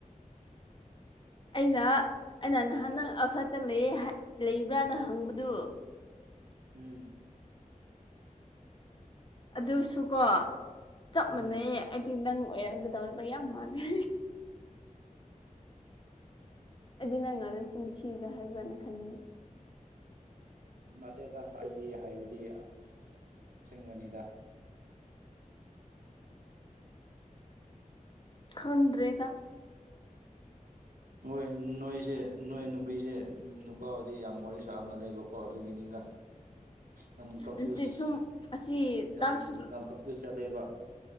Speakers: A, on the right; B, on the left.
A: <inaudible>
B: ꯑꯩꯅ ꯑꯩꯅ ꯅꯍꯥꯟ ꯅꯪ ꯑꯥꯎꯠꯁꯥꯏꯗꯠꯇ ꯂꯩꯌꯦ ꯂꯩꯕ꯭ꯔꯥꯅ ꯍꯪꯕꯗꯨ
A: ꯎꯝ
B: ꯑꯗꯨꯁꯨꯀꯣ ꯆꯞ
A: ꯎꯝ
B: ꯃꯥꯟꯅꯩꯌꯦ ꯑꯩꯗꯤ ꯅꯪ ꯑꯣꯏꯔꯝꯒꯗꯧꯕ ꯌꯥꯝ ꯃꯥꯜꯂꯦ ꯑꯩꯗꯤ ꯅꯪꯅ ꯅꯆꯤꯟ ꯊꯤꯒ ꯍꯥꯏꯕ꯭ꯔꯅ ꯈꯟꯅꯤ
A: ꯅꯇꯦꯗ ꯑꯩꯗꯤ ꯍꯥꯏꯕꯗꯤ ꯀꯆꯤꯡꯕꯅꯤꯗ
B: ꯈꯪꯗ꯭ꯔꯦꯗ
A: ꯃꯣꯏ ꯅꯣꯏꯁꯦ ꯅꯣꯏ ꯅꯨꯄꯤꯁꯦ ꯅꯨꯄꯥꯕꯨꯗꯤ ꯌꯥꯝ ꯋꯥꯔꯤ ꯁꯥꯕ ꯂꯩꯕ ꯀꯣ ꯑꯗꯨꯒꯤꯅꯤꯗ ꯌꯥꯝ ꯀꯟꯐ꯭ꯌꯨꯁ
B: ꯅꯠꯇꯦ ꯁꯨꯝ ꯑꯁꯤ
A: ꯌꯥꯝ
B: ꯇꯥꯛꯁ
A: ꯌꯥꯝ ꯀ ꯆꯗꯩꯕ